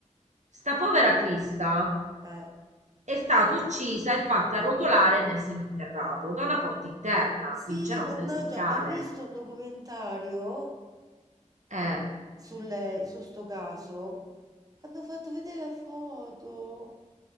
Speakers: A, on the right; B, on the right.
A: sta povera Crista
B: eh.
A: è stata uccisa e fatta rotolare nel seminterrato da una porta interna,
B: Sì,
A: quindi c'erano
B: mannaggia,
A: delle scale.
B: ho visto un documentario.
A: Eh,
B: sul, su sto caso hanno fatto vedere la foto.